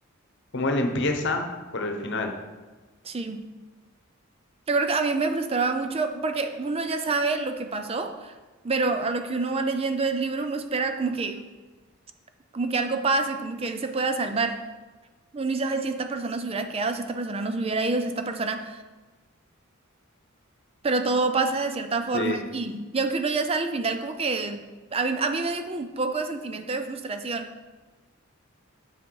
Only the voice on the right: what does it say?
Sí. Recuerdo que a mí me frustraba mucho porque uno ya sabe lo que pasó, pero a lo que uno va leyendo el libro uno espera como que, como que algo pase, como que él se pueda salvar. Uno dice, "Ay, si esta persona se hubiera quedado, si esta persona no se hubiera ido, si esta persona, pero todo pasa de cierta forma
y, y aunque uno ya sale al final, como que a mí, a mí me dio como un poco de sentimiento de frustración.